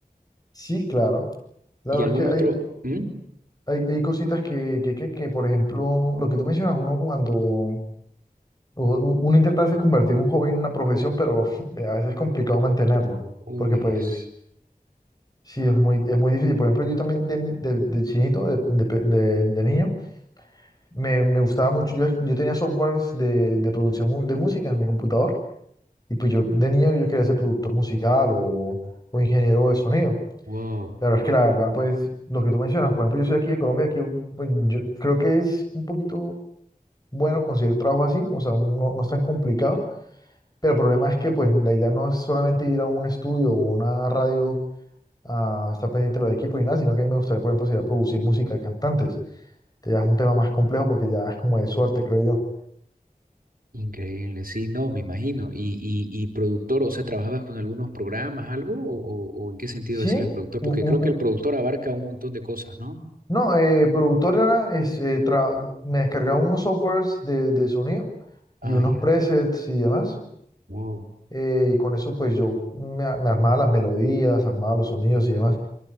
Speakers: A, on the left; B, on the right.
A: Sí, claro. Claro,
B: ¿Y algún
A: es que hay,
B: otro? ¿Mm?
A: hay, hay cositas que, que, que, que, por ejemplo, lo que tú mencionas, uno cuando u- Uno intenta a veces convertir un hobby en una profesión, pero <laughs> a veces es complicado mantenerlo,
B: Uy,
A: porque pues
B: es.
A: sí, es muy, es muy difícil. Por ejemplo, yo también de, de- de chinito, de, de pe- de- de niño, me, me gustaba mucho, yo, yo tenía softwares de, de producción mu- de música en mi computador, y pues yo de niño yo quería ser productor musical o, o ingeniero de sonido.
B: Wow.
A: La verdad es que la verdad, pues lo que tú mencionas, por ejemplo, yo soy aquí de Colombia, aquí pues, yo creo que es un poquito bueno conseguir trabajo así, o sea, no, no es tan complicado. Pero el problema es que pues la idea no es solamente ir a un estudio o una radio a estar pendiente de los equipos ni nada, sino que a mí me gustaría, por ejemplo, sería producir música de cantantes. Que ya es un tema más complejo porque ya es como de suerte, creo yo.
B: Increíble, sí, no, me imagino. Y, y, y productor, o sea, ¿trabajabas con algunos programas, algo? ¿O, o- o en qué sentido
A: Sí,
B: decías productor?
A: u-
B: Porque
A: u-
B: creo que
A: u-
B: el productor abarca un montón de cosas, ¿no?
A: no, eh, productora es, eh, tra- me descargaba unos softwares de, de sonido y
B: Ah,
A: unos
B: ya,
A: presets y demás.
B: Wow.
A: eh, y con eso pues yo me, a- me armaba las melodías, armaba los sonidos y demás.